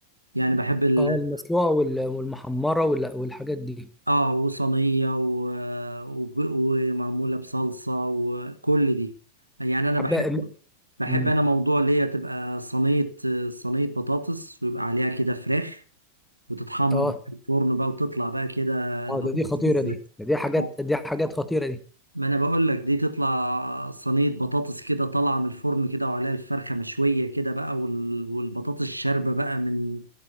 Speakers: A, on the right; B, in the centre.
A: يعني بحب ال-
B: اه المسلوقه وال- والمحمره وال- والحاجات دي
A: اه وصينية و... وب- ومعمولة بصلصة وكل دي يعني انا
B: طب
A: بحب
B: بقى-
A: بحب
B: أمم.
A: انا موضوع اللي هي تبقى صينية صينية بطاطس ويبقى عليها كده فراخ وتتحمر
B: اه
A: بقى في الفرن بقى وتطلع بقى كده البطاطس
B: اه ده دي خطيره
A: بالذات
B: دي ده دي حاجات
A: آه.
B: دي حاجات خطيره دي
A: ما انا بقول لك دي تطلع صينية بطاطس كده طالعة من الفرن كده وعليها الفرخة مشوية كده بقى وال... والبطاطس شاربة بقى من